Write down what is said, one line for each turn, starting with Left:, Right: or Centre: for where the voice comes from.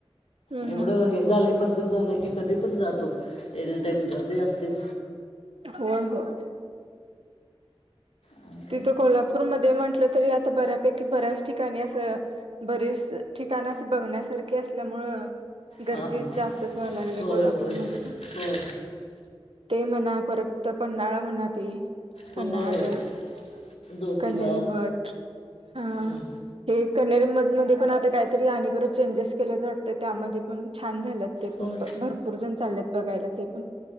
Right: हम्म
Left: एवढं
Right: हम्म
Left: हे झालंय पस झाले की कधी पण जातो एनीटाईम गर्दी असतेच.
Right: हो हो.
Left: आणि काय
Right: तिथं कोल्हापूरमध्ये म्हटलं तरी आता बऱ्यापैकी बऱ्याच ठिकाणी असं बरीच ठिकाण अस बघण्यासारखी असल्यामुळं गर्दी
Left: हां हां
Right: जास्तच व्हायला लागली
Left: होय
Right: कोल्हापूरमध्ये
Left: होय
Right: पण
Left: होय
Right: ते म्हणा परतत पन््हाळा म्हणा ते पन््हाळा
Left: होय होय
Right: घर
Left: ज्योतिबा
Right: कनरी मट हा
Left: हम्म.
Right: हे कनेरी मठमध्येध्ये पण आता काहीतरी आण परत चेंजेस केल्याच वाटतं त्यामध्ये पण छान झालंत ते
Left: होय
Right: पण भरपूर जण चाललेत बघायला ते पण